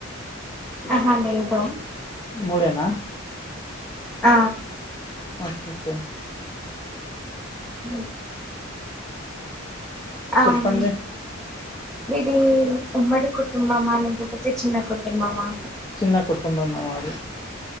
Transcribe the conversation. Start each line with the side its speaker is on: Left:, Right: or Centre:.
Centre: ఆహా లేదు
Left: మూడేనా
Centre: ఆ
Left: వచ్చే క్యా
Centre: మ్ ఆమ్
Left: చెప్పండి
Centre: మీది ఉమ్మడి కుటుంబమా లేకపోతే చిన్న కుటుంబమా
Left: చిన్న కుటుంబమే మాది